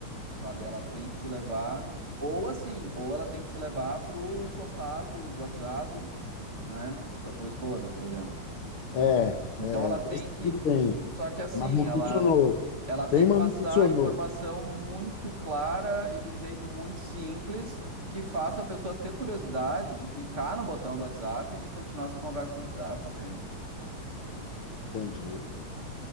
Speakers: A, on the right; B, on the left.
A: Sabe? Ela tem que te levar, ou assim, ou ela tem que te levar pro contato do WhatsApp, né? Da tua esposa, por exemplo.
B: É,
A: Então
B: é,
A: ela Hum, tem
B: isso
A: que.
B: que tem,
A: Só que assim,
B: mas não
A: ela,
B: funcionou.
A: ela tem
B: Tem,
A: que
B: mas
A: passar
B: não funcionou.
A: a informação muito clara e de um jeito muito simples que faça a pessoa ter curiosidade de clicar no botão do WhatsApp e continuar essa conversa no WhatsApp, entende?
B: Entendi.